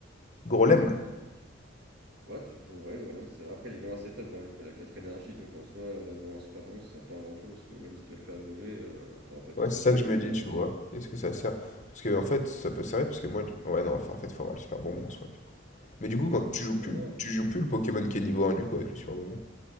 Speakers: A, on the left; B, on the right.
A: Grolem.
B: Ouais, tu pourrais, Groudon, c'est vrai. Après, il est loin assez top, Groudon, parce qu'il a 4 énergies, donc en soi, l'avoir en super bon, ça sert pas à grand chose, parce que même si tu veux le faire évoluer, euh, t'auras pas le
A: Ouais,
B: temps de
A: c'est
B: poser
A: ça
B: tes
A: que
B: 4
A: je me dis,
B: énergies.
A: tu vois. Est-ce que ça sert? Parce que en fait, ça peut servir parce que moi. Ouais, non, enfin, en fait, faut avoir le super bonbon en soi, du coup. Mais du coup,
B: Ouais,
A: quand
B: c'est
A: tu joues
B: ça.
A: plus,
B: Non,
A: tu joues plus le Pokémon qui est niveau un du coup, avec le super bonbon.